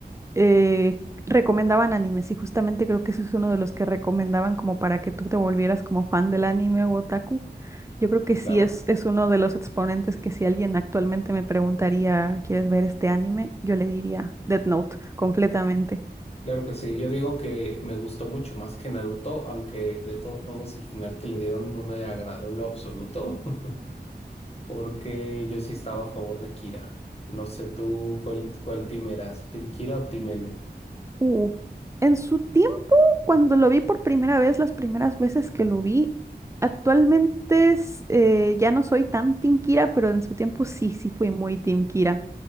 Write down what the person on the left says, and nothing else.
Claro,
claro que sí, yo digo que me gustó mucho más que Naruto, aunque de todos modos el final que le dieron no me agradó en lo absoluto, <laughs> porque yo sí estaba a favor de Kira. No sé tú cuál, cuál team eras, ¿Team Kira o Team L?